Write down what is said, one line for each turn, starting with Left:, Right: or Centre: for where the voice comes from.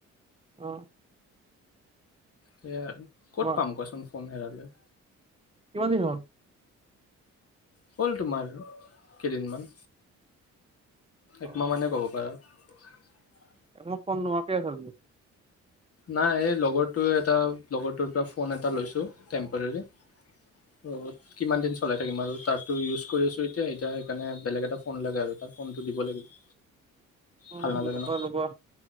Right: আহ
Left: হয়ে আৰু ক'ত
Right: তোমাৰ
Left: পাম কোৱাচোন। ফোন হেৰালে।
Right: কিমান দিন হ'ল?
Left: হ'ল তোমাৰ, কেইদিনমান।
Right: অ
Left: একমাহ মানে ক'ব পাৰা <unintelligible>
Right: এমাহ ফোন নোহোৱাকে আছা
Left: নাই এই লগৰটোৱে এটা লগৰটোৰ পৰা ফোন এটা লৈছোঁ টেম্পৰেৰী ত' কিমান দিন চলাই থাকিম আৰু তাৰতো ইউজ কৰি আছোঁ এতিয়া এতিয়া সেইকাৰণে বেলেগ এটা ফোন লাগে আৰু তাৰ ফোনটো দিব লাগিব
Right: লগৰ
Left: ভাল নালাগে ন
Right: লগৰ